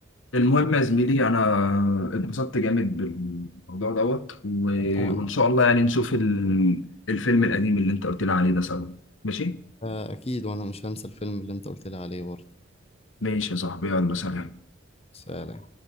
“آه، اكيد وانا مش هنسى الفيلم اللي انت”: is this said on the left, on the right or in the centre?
Left